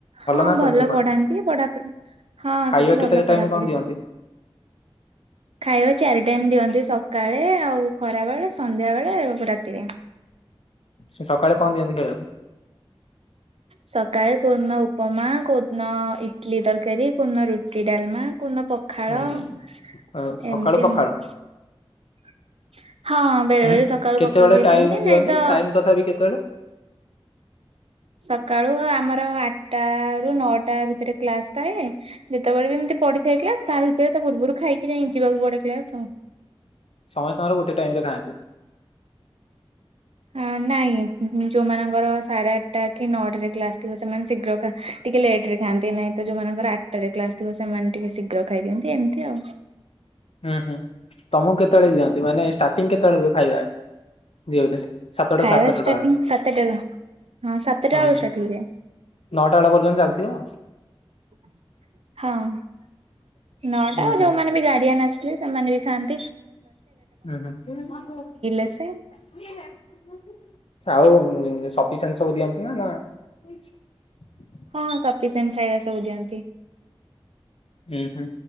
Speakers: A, on the right; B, on the left.
A: ହଁ
B: ନା
A: ଭଲ
B: ସବୁ ସେପଟେ?
A: ପଢାନ୍ତି, ହଁ
B: ଖାଇବା
A: ସେଠି ଭଲ
B: କେତେ ଟାଇମ
A: ପଢାପଢି
B: କଣ ଦିଅନ୍ତି?
A: <inaudible> ସବୁ ଖାଇବା ଚାରି ଟାଇମ ଦିଅନ୍ତି ସ ସକାଳେ ଆଉ ଖରା ବେଳେ ସନ୍ଧ୍ୟା ବେଳେ ରାତିରେ।
B: ସେ ସକାଳେ କଣ ଦିଅନ୍ତି ଖାଇବାକୁ?
A: ସକାଳେ କୋଉଦିନ ଉପମା କୋଉଦିନ ଇଟଲି ତରକାରୀ କୋଉିନ ରୁଟି ଡାଲମା କୁନା ପଖାଳ
B: ମାନେ
A: <inaudible>
B: ସକାଳୁ
A: ଏମିତି
B: ପଖାଳ
A: ଆଉ <inaudible> ହଁ ବେଳେ
B: ହୁଁ
A: ବେଳେ ସକାଳୁ
B: କେତେବେଳେ
A: ପଖାଳ ଦେଇଦିଅନ୍ତି
B: ଟାଇମ ଦିଅନ୍ତି
A: ନାଇଁ ତ
B: ଟାଇମ ତଥାପି କେତେବେଳେ
A: ସକାଳୁ ଆମର ଆଠଟା ରୁ ନଅଟା ଭିତରେ କ୍ଲାସ ଥାଏ ଯେତେବେଳେ ବି ଏମିତି ପଢିଥାଏ କ୍ଲାସ ତା ଭିତରେ ପୂର୍ବରୁ ଖାଇକି ଯାଇ ଯିବାକୁ ପଡେ କ୍ଲାସ ଆଉ।
B: ସମୟ ସମୟରେ ଗୋଟେ ଟାଇମ ରେ ଖାଆନ୍ତି। <inaudible>
A: ହଁ ନାଇଁ। ଉହୁଂ ଯୋଉମାନଙ୍କର ସାଢେ ଆଠଟା କି ନଅଟରେ କ୍ଲାସ ଥିବ ସେମାନେ ଶୀଘ୍ର ଖ ଟିକେ ଲେଟରେ ଖାଆନ୍ତି ନାଇଁ ତ ଯୋଉମାନଙ୍କର ଆଠଟରେ କ୍ଲାସ ଥିବ ସେମାନେ ଟିକେ ଶୀଘ୍ର ଖାଇ ଦିଅନ୍ତି ଏମିତି ଆଉ।
B: ହୁଁ ହୁଁ ତମକୁ କେତେବେଳେ ଦିଅନ୍ତି, ମାନେ ଷ୍ଟାର୍ଟିଂ କେତେବେଳେ ଖାଇବା <unintelligible> ସାତଟା
A: ଖାଇବା
B: ସାଢେ ସାତଟା
A: ଷ୍ଟାର୍ଟିଂ
B: ବେଳକୁ
A: ସାତଟାରୁ
B: <inaudible>
A: ହଁ ସାତଟା
B: ହୁଁ
A: ବେଳୁ
B: ହୁଁ
A: ଷ୍ଟାର୍ଟ ହେଇଯାଏ।
B: ନଅଟା ବେଳ ପର୍ଯ୍ୟନ୍ତ ଚାଲିଥିବ।
A: <inaudible> ହଁ <inaudible> ନଅଟା
B: ହୁଁ
A: ଆ
B: ହୁଁ
A: ଯୋଉମାନୋନ ବି ଗାଡିଆନ୍ ଆସି ହୁଁ ସେମାନେ ବି ଖଥାଆନ୍ତି।
B: ହୁଁ ହ। <unintelligible>
A: ଆସେ।
B: ଆଉ ସଫିସେଣ୍ଟ ସବୁ ଦିଅନ୍ତୁ ନା <inaudible>
A: ହଁ ସଫିସେଣ୍ଟ ଖାଇବା ସବୁ ଦିଅନ୍ତି। <inaudible>
B: ଉହୁଁ